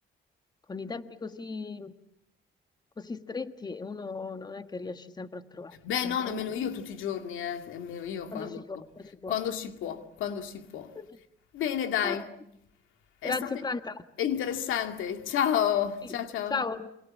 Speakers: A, on the left; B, on the left.
A: con i tempi così, così stretti uno non è che riesce sempre a trovarlo,
B: Beh,
A: però
B: no,
A: quando,
B: nemmeno io tutti i giorni, eh, nemmeno io
A: quando
B: quando,
A: si può, quando si può.
B: quando si può, quando si può.
A: <laughs>
B: Bene, dai,
A: Ah,
B: è
A: Grazie
B: stato
A: Franca.
B: interessante. Ciao,
A: Sì,
B: ciao, ciao.
A: ciao.